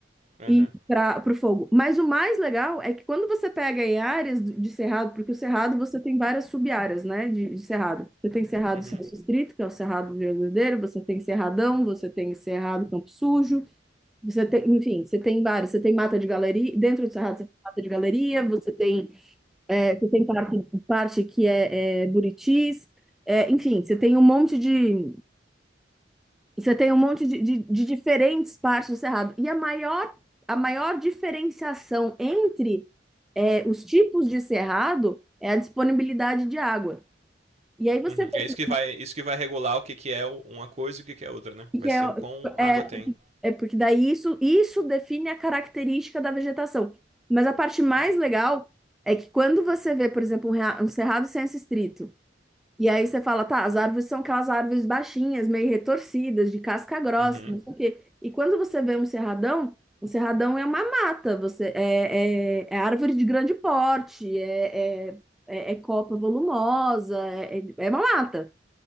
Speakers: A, on the right; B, in the centre.
A: Aham,
B: e para o fogo. Mas o mais legal é que quando você pega em áreas do- de cerrado, porque o cerrado você tem várias sub-áreas, né, de, de cerrado. Você tem cerrado
A: uhum.
B: sem
A: uhum.
B: restrito, que é o cerrado verdadeiro, você tem cerradão, você tem cerrado campo sujo, você tem, enfim, você tem vários. Você tem mata de galeria, dentro do Cerrado você tem mata de galeria, você tem, é, você tem parte, parte que é, é Buritis, é, enfim, você tem um monte de, você tem um monte de, de, de diferentes partes do Cerrado. E a maior, a maior diferenciação entre é, os tipos de cerrado é a disponibilidade de água. E aí você
A: Uhum.
B: vê
A: É isso que vai, isso que vai regular o que, que é uma coisa e o que, que é outra, né?
B: que
A: Vai ser
B: é,
A: o quão água
B: é,
A: tem.
B: É porque daí isso, isso define a característica da vegetação. Mas a parte mais legal é que quando você vê, por exemplo, um, rea- um cerrado sem esse estrito, e aí você fala, tá, as árvores são aquelas árvores baixinhas, meio retorcidas, de casca grossa,
A: Uhum.
B: não sei o quê. E quando você vê um cerradão, um cerradão é uma mata, você é, é, é árvore de grande porte, é, é, é, é copa volumosa, é, é é uma mata.